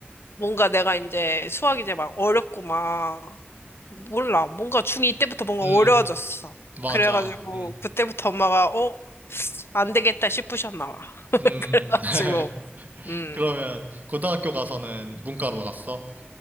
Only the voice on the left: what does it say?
뭔가 내가 이제 수학 이제 막 어렵고 막 몰라. 뭔가 중2 때부터 뭔가
어려워졌어.
그래가지고
그때부터 엄마가 어? 안 되겠다 싶으셨나 봐. <laughs>
지금. 음.